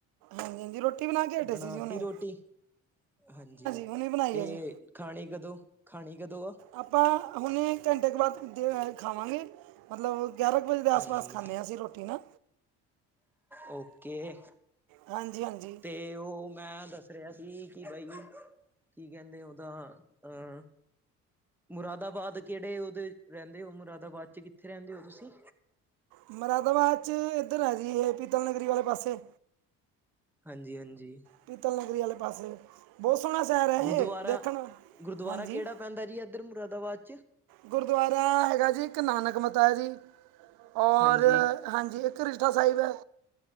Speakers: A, on the right (about 75°); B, in the centre.
A: ਹਾਂਜੀ-ਹਾਂਜੀ ਰੋਟੀ ਬਣਾ ਕੇ ਹੇਠੇ
B: ਬਣਾਤੀ
A: ਸੀ ਜੀ ਹੁਣੇ
B: ਰੋਟੀ ਹਾਂਜੀ,
A: ਹੁਣੇ ਬਣਾਈ
B: ਤੇ
A: ਹੈ ਜੀ
B: ਖਾਣੀ ਕਦੋਂ, ਖਾਣੀ ਕਦੋਂ ਆ
A: ਅਪਾ ਹੁਣੇ ਘੰਟੇ ਕੋ ਬਾਅਦ ਦੇ ਅ ਖਾਵਾਗੇ ਮਤਲਬ ਗਆਰਾ ਕੁ ਵਜੇ ਦੇ ਆਸ-ਪਾਸ
B: ਹਾਂਜੀ
A: ਖਾਣੇ ਆ ਅਸੀ ਰੋਟੀ ਨਾ
B: ਓਕੇ
A: ਹਾਂਜੀ ਹਾਂਜੀ
B: ਤੇ ਓ ਮੈਂ ਦਸ ਰੇਹਾ ਸੀ ਕਿ ਬਈ, ਕੀ ਕੈੰਦੇ ਓਦਾ, ਅ ਮੁਰਾਦਾਬਾਦ ਕੇੜੇ ਓਦੇ, ਰੈੰਦੇ ਓ ਮੁਰਾਦਾਬਾਦ ਚ ਕਿੱਥੇ ਰੈੰਦੇ ਓ ਤੁਸੀ?
A: ਮੁਰਾਦਾਬਾਦ ਚ, ਏਧਰ ਹੈ ਜੀ ਏਹ, ਪੀਤਲ ਨਗਰੀ ਵਾਲੇ ਪਾਸੇ
B: ਹਾਂਜੀ-ਹਾਂਜੀ।
A: ਪੀਤਲ ਨਗਰੀ ਵਾਲੇ ਪਾਸੇ, ਬੋਤ ਸੋਣਾ ਸ਼ੈਰ ਹੈਯੇ
B: ਗੁਰਦੁਆਰਾ
A: ਦੇਖਣ ਨੂੰ,
B: ਗੁਰਦੁਆਰਾ
A: ਹਾਂਜੀ
B: ਕਿਹੜਾ ਪੈਂਦਾ ਜੀ ਅਦ ਏਧਰ ਮੁਰਾਦਾਬਾਦ ਚ
A: ਗੁਰਦਵਾਰਾ, ਹੈਗਾ ਜੀ ਇੱਕ ਨਾਨਕ ਮਤਾ ਜੀ, ਔਰ
B: ਹਾਂਜੀ
A: ਹਾਂਜੀ ਇੱਕ ਰਿਸ਼ਠਾ ਸਾਈਬ ਐ।